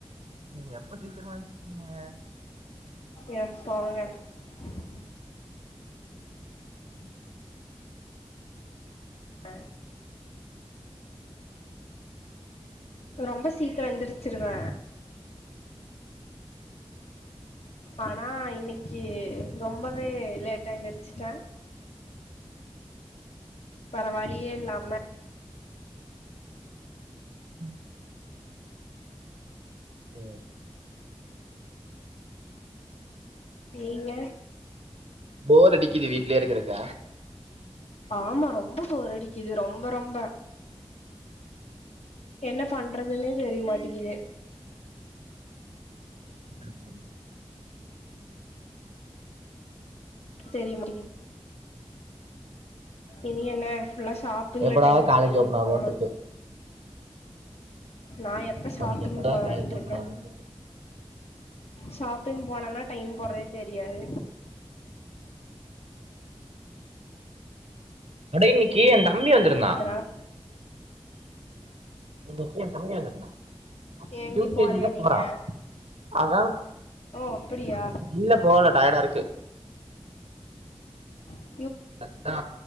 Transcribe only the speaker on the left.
எஸ் <unintelligible>
ஆ ரொம்ப சீக்கிரோ எந்திரிச்சிருவே ஆனா இன்னிக் கி ரொம்பவே லேட்டா எந்திருச்சிட்டே பரவழியே இல்லாம
நீங்க
ஆமா ரொம்ப போர் அடிக்கு இது ரொம்ப ரொம்ப என்ன பண்றதுன்னே தெரிய மாட்டேங்குது
தெரிய முடியே இனி என்ன ஃபுல்லா ஷாப்பிங்ல
டைம்
போயிரும்
அவ்ளோ
நான் எப்போ ஷாப்பிங்
போவேன்று
இருக்கேன்
சாப் ஷாப்பிங் போனனா டைம் போறதே தெரியாது
அதனால
எங்கயும்
போலையா
நீங்க?
ஓ அப்படியா?
உ